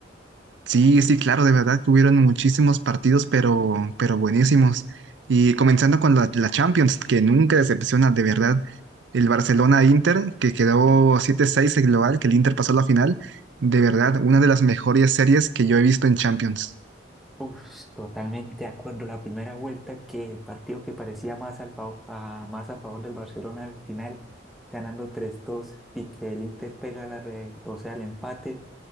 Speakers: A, on the right (about 75°); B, in the centre.
A: Sí, sí, claro, de verdad, tuvieron muchísimos partidos, pero, pero buenísimos. Y comenzando con la, la Champions, que nunca decepciona, de verdad. El Barcelona-Inter, que quedó siete seis el global, que el Inter pasó a la final, de verdad, una de las mejores series que yo he visto en Champions.
B: Uf, totalmente de acuerdo. La primera vuelta que el partido que parecía más, al fav- a, más a favor del Barcelona al final, ganando tres dos y que el Inter pega la re- o sea, el empate.